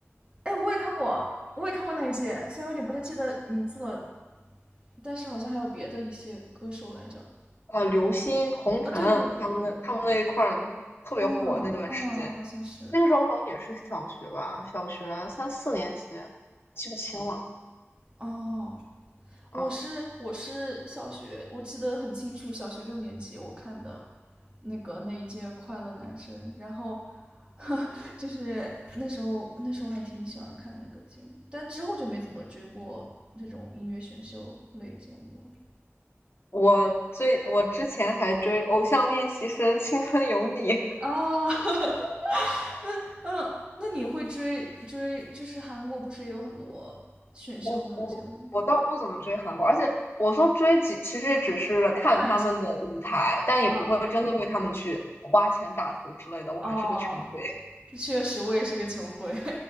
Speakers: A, on the right (about 20°); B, on the left (about 55°).
A: 哎，我也看过，我也看过那一届，虽然有点不太记得名字了，但是好像还有别的一些歌手来着。
B: 呃，刘星、红尘他们那他们那一块儿特别火那段时间，
A: 啊，对对，嗯嗯，好像是。
B: 那个时候我好像也是小学吧，小学三四年级，记不清了
A: 哦，我是我是小学，
B: 啊。
A: 我记得很清楚，小学六年级我看的那个那一届《快乐男生》，然后 <laughs> 就是那时候那时候还挺喜欢看那个节目，但之后就没怎么追过这种音乐选秀类节目
B: 我最我之前还追《偶像练习生》《青春有你》
A: 了。哦，<laughs> 那呃，那你会追追？就是韩国不是也有很多选秀那种节目吗？
B: 我我我倒不怎么追韩国，而且我说追几，其实只是看他们的舞台，
A: 看一下，
B: 但也不会真的为他们去花钱打头之类的。
A: 啊嗯
B: 我还是个穷鬼，
A: 哦，确实我也是个穷鬼。